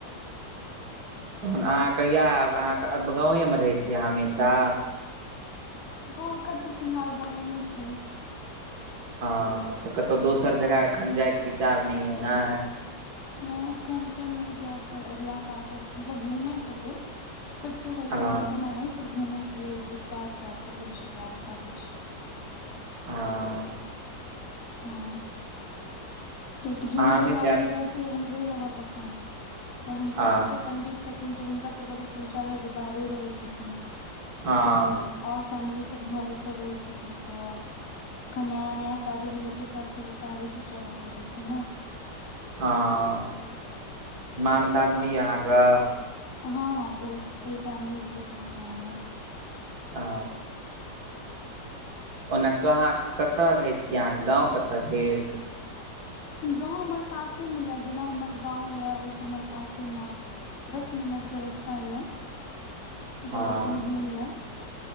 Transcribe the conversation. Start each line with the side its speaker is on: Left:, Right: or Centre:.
Right: तहन अहाँ कहिआ एब अहाँक गाँवए में रहै छी हमेशा
Left: हँ अखन तऽ फिलहाल गाँवे में छी
Right: हँ तऽ कतौ दोसर जगह एखन जायके विचार नय यए न
Left: नय अखन तऽ नय जैब पड़ अगिला साल तक मतलब घूमय के लेल स फ्ट होय
Right: हँ
Left: के लेल तऽ नय पर घूमय के लेल गुजरात जा सकै छी द्वारिकाधीश
Right: हां
Left: हँ किआकी जिम्हरे
Right: अहाँ नहि
Left: फैमिली
Right: जायब
Left: रहते उम्हरे रहब अखन तऽ हुनकर
Right: हँ
Left: सबके पंडित छथिन तऽ हुनका सबके तऽ पूजा रहै छैय बाहरो रहै छथिन
Right: हँ
Left: पर आओर फैमली सब घरे पर रहै छथिन तऽ एखन नया नया शादी भेलै तऽ सब के हिसाबे से चलऽ पड़ै छै न
Right: हँ मानदान होइए अहाँके
Left: हँ हँ बहुत से सैमिली बहुत नीक य हमर
Right: आ ओना कहाँ कतय रहै छी अहाँ गाँव कतऽ भेल
Left: गाँव हमर पासे मे यए जेना हमर गाँव यए ओहिसँ हमर पासेमे दस मिनट क रस्ता य जयदा
Right: हँ
Left: दूर नैय य